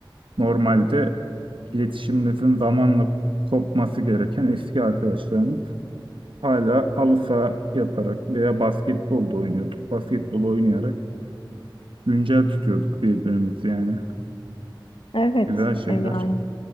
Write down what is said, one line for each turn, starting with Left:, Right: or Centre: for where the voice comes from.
Right: Normalde iletişimimizin zamanla kopması gereken eski arkadaşlarımız hala halı saha yaparak veya basketbolda oynuyorduk. Basketbol oynayarak güncel tutuyorduk birbirimizi yani.
Left: Evet
Right: Güzel şeyler.
Left: e, yani.